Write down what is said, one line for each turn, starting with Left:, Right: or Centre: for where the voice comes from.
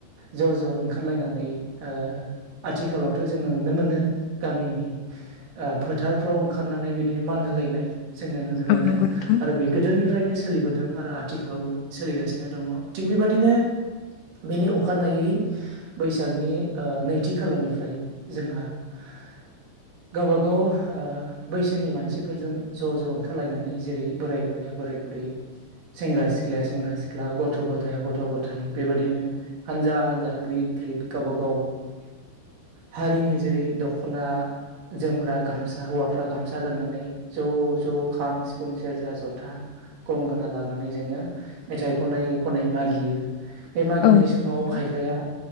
Right: ज' ज' ओंखारलायनानै ओ आथिखालावथ' जोङो नुनो मोनो गामिनि फोथारफ्राव ओंखारनो नानै बिनो मान होलायनाय जोङो नुनो
Left: औ
Right: मोनो
Left: नंगौ नोंथां
Right: आरो बे गोदोनिफ्रायनो सोलिबोदों आरो आथिखालावबो सोलिगासिनो दङ थिग बेबादिनो बेनि अखानायै बैसागनि ओ नैथि खालारनिफ्राय जोंहा <inaudible> गावबा गाव ओ बैसोनि मानसिफोरजों ज' ज' ओंखारलायनानै जेरै बोराय बुरै बोराय बुरै सेंग्रा सिख्लाया सेंग्रा सिख्ला गथ' गथाया गथ' गथाय बेबायदिनो हानजा हानजा ग्रिद ग्रिद गावबा गाव हारिनि जेरै दख'ना जोमग्रा गामसा हौवाफ्रा गामसा गाननानै ज' ज' खाम, सिफुं, सेरजा, जथा, गंगोना लाना जोङो मेथाइ खनै खनै मागियो बे मागिनाय
Left: औ नंगौ
Right: समाव
Left: नोंथां
Right: खायफाया